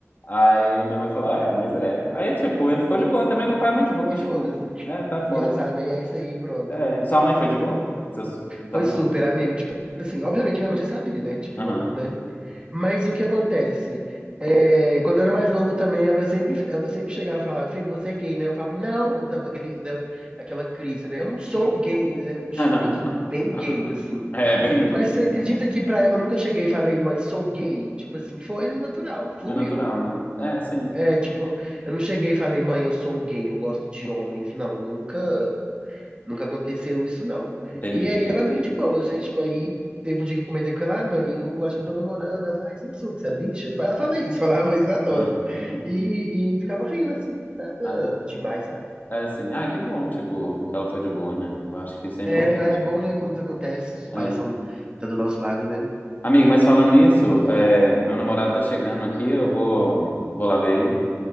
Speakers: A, on the left; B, on the right.
A: Aí minha mãe falou: "Ah, É, mas é. Aí, tipo, ele ficou de boa também. Meu pai é muito de boa,
B: E
A: tipo,
B: foda-se.
A: é, tá foda-se.
B: E azar, né? E é isso aí, pronto.
A: É. Sua mãe foi de boa? Seus, sua
B: Foi
A: mãe?
B: super, amigo. Tipo assim, obviamente minha mãe já sabia, né? Tipo,
A: Aham.
B: não, né? Mas o que acontece? É, quando eu era mais novo também, ela sempre, ela sempre chegava e falava, filho, você é gay, né? Eu falo, não, eu dava aquele, dela, aquela crise, né? Eu não sou gay, né? Um chilique
A: <laughs>
B: bem gay, assim.
A: É, bem gay.
B: Mas você acredita que pra ela eu nunca cheguei e falei, mãe, sou gay? Tipo assim, foi natural, fluiu.
A: Foi natural, né? É, sim.
B: É, tipo, eu não cheguei e falei, mãe, eu sou gay, eu gosto de homens. Não, nunca, Nunca aconteceu isso, não.
A: Entendi.
B: E aí ela é bem de boa, gente. Tipo, aí teve um dia que eu comentei com ela, ah, mãe, eu acho que eu tô namorando. Ela falou, ai, sempre soube que você era bicha. Eu falei, Ela fala isso, falava isso na tora.
A: Uhum. Uhum.
B: E, e ficava rindo, assim, nada
A: Ah,
B: demais, sabe?
A: é assim, ah, que bom, tipo, que ela foi de boa, né? Eu acho que isso é importante.
B: É, aí é bom, né, quando isso acontece, os pais
A: É.
B: são, tá do nosso lado, né?
A: Amigo, mas falando nisso, é, meu namorado tá chegando aqui, eu vou, vou lá ver ele